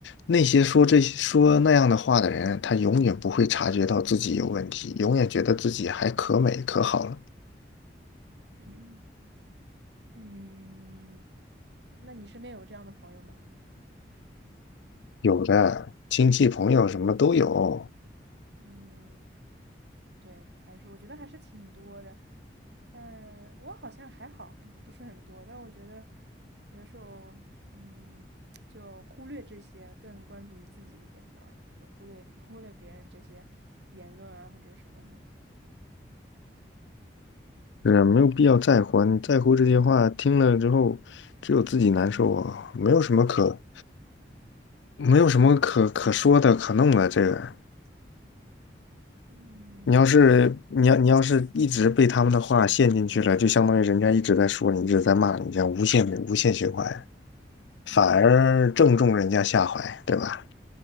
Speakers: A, on the left (about 85°); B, on the right (about 75°).
A: 那些说这些说那样的话的人，他永远不会察觉到自己有问题，永远觉得自己还可美可好了。
B: 嗯嗯，那你身边有这样的朋友吗？
A: 有的亲戚朋友什么都有，
B: 嗯，对，还是我觉得还是挺多的，但我好像还好，不不是很多，但我觉得有的时候，嗯，就忽略这些，更关注于自己一点吧，就忽略忽略别人这些言论啊或者什么的。
A: 是啊没有必要在乎啊你在乎这些话，听了之后只有自己难受啊，没有什么可没有什么可可说的可弄的这个。
B: 嗯
A: 你要是你要你要是一直被他们的话陷进去了，就相当于人家一直在说你，一直在骂你，这样无限无限循环，
B: 嗯，
A: 反而正中人家下怀，对吧？